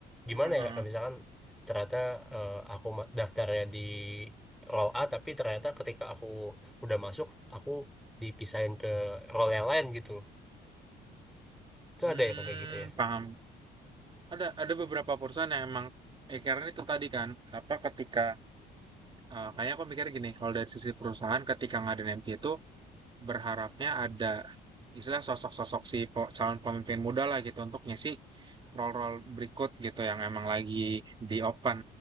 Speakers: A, in the centre; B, on the right.
A: gimana
B: Mhm.
A: ya kak misalkan ternyata eh, aku ma- daftarnya di roll A tapi ternyata ketika aku udah masuk aku dipisahin ke roll yang lain gitu itu
B: Hmm,
A: ada ya kak kayak gitu ya
B: paham. Ada ada beberapa perusahaan yang emang eh karena itu tadi kan apa ketika eh, kayaknya aku mikir gini kalau dari sisi perusahaan ketika ngadain MT itu berharapnya ada istilah sosok-sosok si po- calon pemimpin muda lah gitu untuk ngisi role-role berikut gitu yang emang lagi di open.